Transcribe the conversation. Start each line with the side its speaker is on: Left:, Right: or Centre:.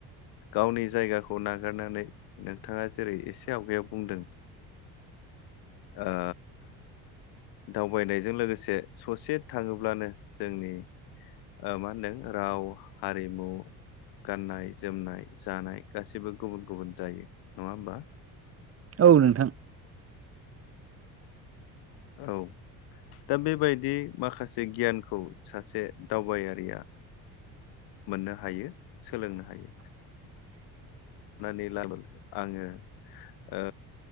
Left: गावनि जायगाखौ नागारनानै नोंथाङा जेरै एसे एसे आवगायाव बुंदों ओ दावबायनायजों लोगोसे ससे थाङोब्लानो जोंनि ओ मा होनदों राव हारिमु गाननाय जोमनाय जानाय गासिबो गुबुन गुबुन जायो नङा होमबा।
Right: औ नोंथां।
Left: औ। दा बेबायदि माखासे गियानखौ सासे दावबायारिया मोननो हायो सोलोंनो हायो।
Right: <inaudible>
Left: अनानै लाबोनो आङो ओ